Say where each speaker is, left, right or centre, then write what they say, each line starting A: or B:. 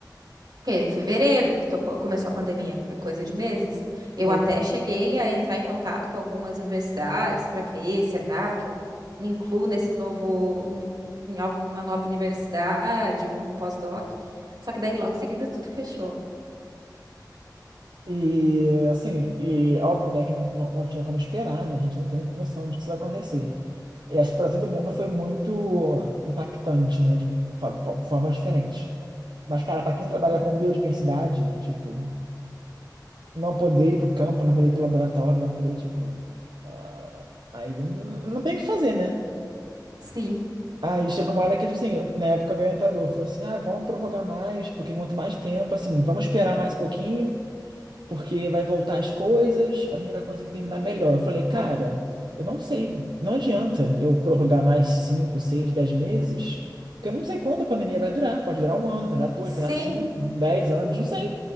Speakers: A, on the right; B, on the right.
A: que fevereiro que tocou- começou a pandemia, foi coisa de meses.
B: Foi.
A: Eu até cheguei a entrar em contato com algumas universidades para ver, será que eu me incluo nesse novo, em em alguma nova universidade, em algum pós-doc. Só que daí logo em seguida tudo fechou.
B: E assim, e óbvio, né, que não, não tinha como esperar, né? A gente não tem noção de que isso vai acontecer. E acho que para todo mundo foi muito impactante, né? De fo- fo- formas diferentes. Mas, cara, para quem trabalha
A: Sim.
B: com biodiversidade, tipo, não poder ir pro campo, não poder ir pro laboratório, não poder, tipo. ah, aí n- não tem o que fazer, né?
A: Sim.
B: Aí chegou uma hora que, assim, na época o meu orientador falou assim: ah, vamos prorrogar mais, porque quanto mais tempo, assim, vamos esperar mais um pouquinho. porque vai voltar as coisas, a gente vai conseguir terminar melhor. Eu falei, cara, eu não sei, não adianta eu prorrogar mais 5 6 10 meses, porque eu não sei quando a pandemia vai durar. Pode durar um ano, pode durar dois,
A: Sim.
B: pode durar cinco, dez anos, não sei.